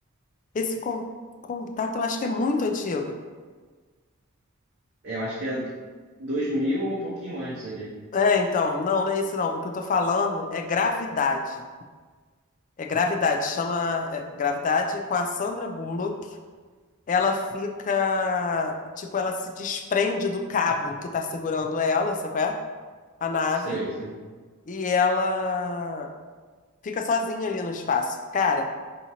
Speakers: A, on the left; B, on the right.
A: Esse con- Contato eu acho que é muito antigo.
B: É, eu acho que é 2000 ou um pouquinho antes ali.
A: É, então, não, não é isso não. O que eu tô falando é gravidade. É gravidade, chama é, gravidade com a Sandra Bullock. Ela fica, tipo, ela se desprende do cabo que tá segurando ela, sabe qual é? A nave,
B: Sei, sei,
A: e ela fica sozinha ali no espaço. Cara,